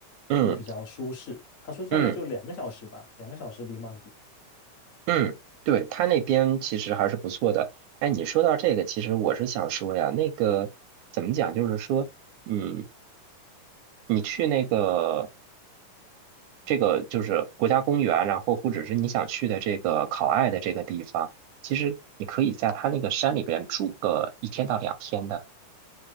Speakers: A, on the right; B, on the left.
A: 嗯
B: 会比较舒适。他说大概就两个小时吧，
A: 嗯
B: 两个小时离曼谷。
A: 嗯，对，他那边其实还是不错的。哎，你说到这个，其实我是想说呀，那个怎么讲，就是说，嗯。你去那个这个就是国家公园，然后或者是你想去的这个考爱的这个地方，其实你可以在它那个山里边住个一天到两天的。